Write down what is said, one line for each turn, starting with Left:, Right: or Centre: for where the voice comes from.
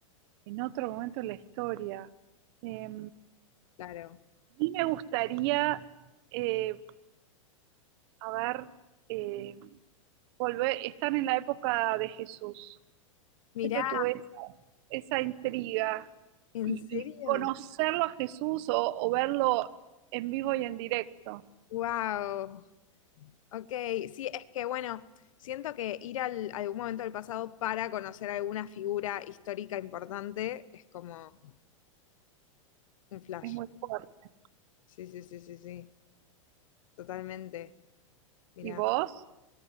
Right: en otro momento de la historia. Eh,
Left: claro.
Right: y me gustaría, eh, a ver, eh, volver, estar en la época de Jesús.
Left: Mirá,
Right: Siempre tuve esa, esa intriga
Left: ¿en
Right: y,
Left: serio?
Right: y conocerlo a Jesús o, o verlo en vivo y en directo.
Left: Wow. Ok, sí, es que bueno, siento que ir al, a algún momento del pasado para conocer alguna figura histórica importante es como un flash.
Right: Es muy fuerte.
Left: Sí, sí, sí, sí, sí, totalmente. Mira.
Right: ¿Y vos?